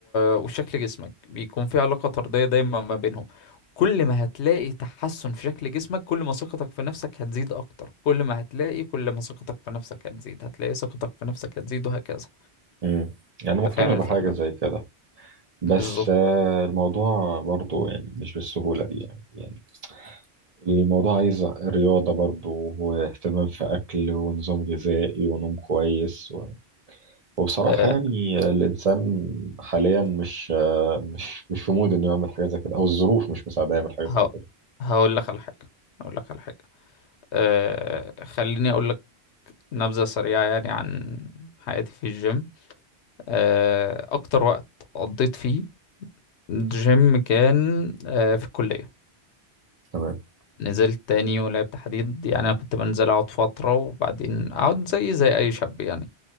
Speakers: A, on the left; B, on the right.
A: وشكل جسمك بيكون في علاقة طردية دايما ما بينهم كل ما هتلاقي تحسن في شكل جسمك كل ما ثقتك في نفسك هتزيد اكتر كل ما هتلاقي كل ما ثقتك في نفسك هتزيد هتلاقي ثقتك في نفسك هتزيد وهكذا
B: امم يعني
A: انت
B: مقتنع
A: فاهم الفكرة
B: بحاجه زي كده بس
A: بالظبط
B: آه، الموضوع برضو يعني مش بالسهوله دي يعني يعني الموضوع عايز رياضه برضو واهتمام في اكل ونظام غذائي ونوم كويس و- وبصراحه
A: أه
B: يعني الانسان حاليا مش آه، مش مش في مود انه يعمل حاجه زي كده او الظروف مش مساعده يعمل حاجه زي
A: ه...
B: كده
A: هقول لك على حاجة هقول لك على حاجة أه خليني اقول لك نبذة سريعة يعني عن حياتي في الجيم أه اكتر وقت قضيت فيه جيم كان آه، في الكلية
B: تمام
A: نزلت تاني ولعبت حديد يعني أنا كنت بنزل أقعد فترة وبعدين أقعد زي زي أي شاب يعني